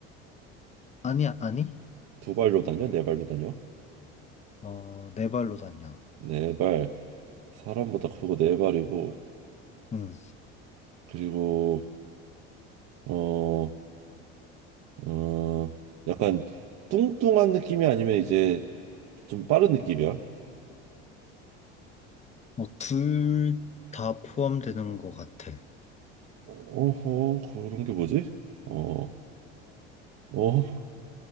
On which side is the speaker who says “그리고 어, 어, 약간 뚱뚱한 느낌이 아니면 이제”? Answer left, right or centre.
Right